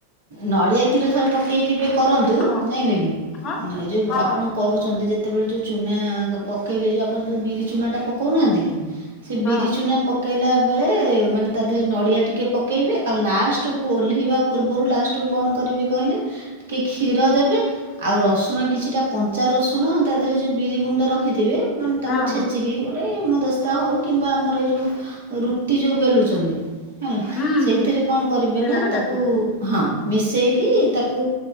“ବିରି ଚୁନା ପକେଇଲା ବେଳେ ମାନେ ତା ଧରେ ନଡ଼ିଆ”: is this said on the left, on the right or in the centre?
Right